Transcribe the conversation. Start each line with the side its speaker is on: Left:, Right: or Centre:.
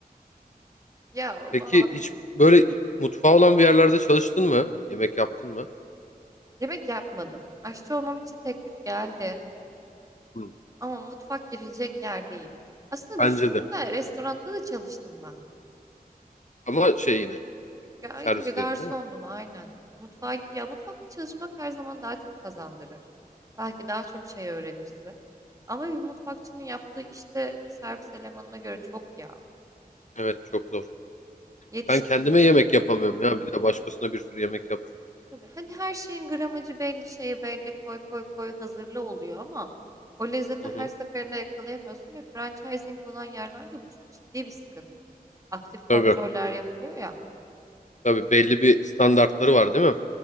Right: Ya
Left: Peki
Right: valla
Left: hiç böyle mutfağı olan bir yerlerde çalıştın mı? Yemek yaptın mı?
Right: yemek yapmadım. Aşçı olmam için teklif geldi.
Left: Hmm,
Right: Ama mutfak girilecek yer değil. Aslında
Left: bence
Right: düşündüm
Left: de.
Right: de restoranda da çalıştım ben.
Left: Ama şey yine
Right: Ya,
Left: servisleydin
Right: tabii garsondum
Left: değil mi?
Right: aynen. Mutfağa, ya mutfakta çalışmak her zaman daha çok kazandırır. Belki daha çok şey öğrenirsin. Ama bir mutfakçının yaptığı işte servis elemanına göre çok ya.
Left: Evet çok zor.
Right: Yetiştirmen.
Left: Ben kendime yemek yapamıyorum ya. Bir de başkasına bir sürü yemek yapacağım.
Right: Tabii. Hadi her şeyin gramajı belli, şeyi belli, koy koy koy hazırlı oluyor ama o lezzeti
Left: Hı
Right: her
Left: hı.
Right: seferinde yakalayamıyorsun ve franchising olan yerlerde bu çok ciddi bir sıkıntı. Aktif kontroller
Left: Tabii.
Right: yapılıyor ya.
Left: Tabii belli bir standartları var değil mi?